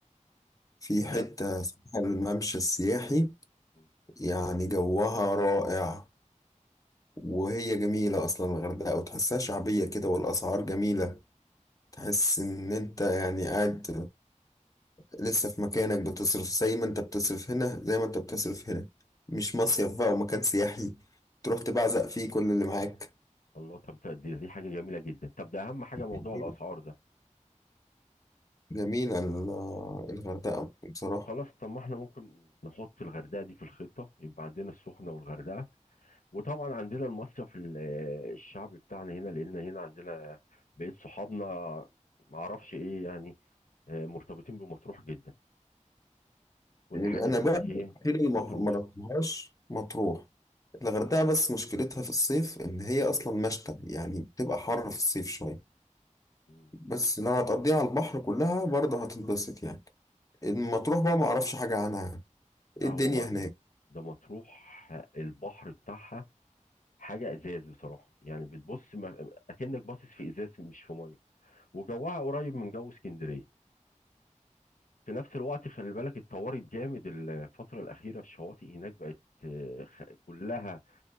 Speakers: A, on the left (about 25°); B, on the left (about 85°).
A: في
B: بجد
A: حتة اسمها الممشى السياحي
B: مم.
A: يعني جوها رائع وهي جميلة أصلا الغردقة وتحسها شعبية كده والأسعار جميلة تحس إن أنت يعني قاعد لسه في مكانك بتصرف زي ما أنت بتصرف هنا زي ما أنت بتصرف هنا مش مصيف بقى ومكان سياحي تروح تبعزق فيه كل اللي معاك
B: الله طب ده دي, دي حاجة جميلة جدا طب ده أهم حاجة موضوع
A: جميلة
B: الأسعار ده
A: جميلة ال- الغردقة بصراحة
B: خلاص طب ما احنا ممكن نحط الغردقة دي في الخطة يبقى عندنا السخنة والغردقة وطبعا عندنا المصيف ال- آه، الشعب بتاعنا هنا لأن هنا عندنا بقيت صحابنا معرفش ايه يعني آه، مرتبطين بمطروح جدا كل
A: أنا
B: حاجة يقول
A: بقى
B: لك
A: الوحيدة
B: ايه
A: اللي
B: مطروح
A: ما ما رحتهاش مطروح الغردقة بس مشكلتها في الصيف إن هي أصلا مشتى يعني بتبقى حر في الصيف شوية
B: مم.
A: بس لو هتقضيها على البحر كلها برضه هتتبسط يعني المطروح بقى ما اعرفش حاجة عنها يعني.
B: لا
A: ايه الدنيا
B: هو ما
A: هناك
B: ده مطروح آه، البحر بتاعها حاجة ازاز بصراحة يعني بتبص ما- اكنك باصص في ازاز مش في مية وجوها قريب من جو اسكندريه في نفس الوقت خلي بالك اتطورت جامد الفترة الأخيرة الشواطئ هناك بقت آه، خ- كلها